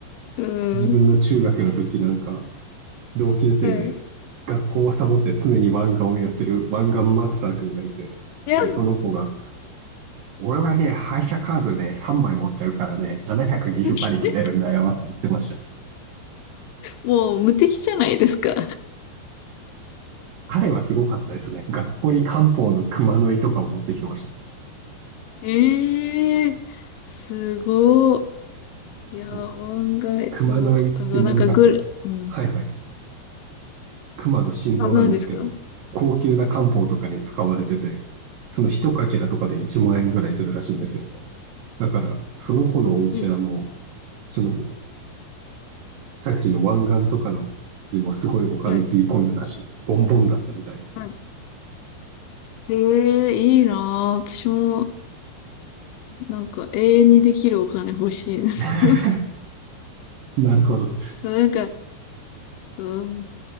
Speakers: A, on the left; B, on the right.
A: うん。
B: 自分の中学の時なんか同級生で学校をサボって常に湾岸をやってる湾岸マスター君がいて。
A: はい。いや、
B: で、その子が俺はね、廃車カードで3枚持ってるからね、720馬力出るんだよって言ってましたよ。
A: <laughs> もう無敵じゃないですか。
B: 彼はすごかったですね。学校に漢方の熊の胃とかを持ってきてました。
A: ええー、すごい。いや、
B: そう。
A: 案外、
B: 熊の胃って何かっていうと、
A: そう。だからなんかぐる、うん。
B: はいはい。熊の心臓なんですけど、
A: あ、何ですか
B: 高級な漢方とかに使われてて、その一かけらとかで1万円ぐらいするらしいんですよ。だから、その子のお家はもう、
A: うん。
B: その、さっきの湾岸とかのにもすごいお金つぎ込んでたし、
A: はい。
B: ボンボンだったみたいです。
A: はい。ええいいなぁ。私も、なんか永遠にできるお金欲しいです。
B: <laughs> なるほど。
A: <laughs> なんか、うん。